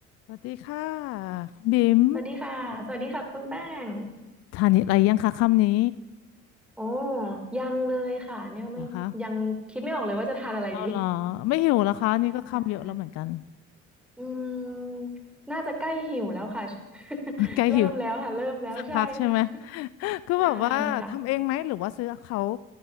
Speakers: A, on the left; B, in the centre.
A: สวัสดีค่ะคุณบิม
B: สวัสดีค่ะ สวัสดีค่ะคุณแป้ง
A: ทานอะไรยังคะค่ำนี้
B: โอ้ยังเลยค่ะเนี่ยไม่ยังคิดไม่ออกเลยว่าจะทานอะไรดี
A: นะคะเอาเหรอไม่หิวแล้วคะนี่ก็ค่ำเยอะแล้วเหมือนกัน
B: ใช่อืมน่าจะใกล้หิวแล้วค่ะ <laughs>
A: <laughs> ใกล้หิว
B: เริ่มแล้วค่ะเริ่มแล้วใช่ค่ะ
A: สักพักใช่ไหมก็แบบว่าทำเองไหมหรือว่าซื้อเขา
B: ใช่ค่ะ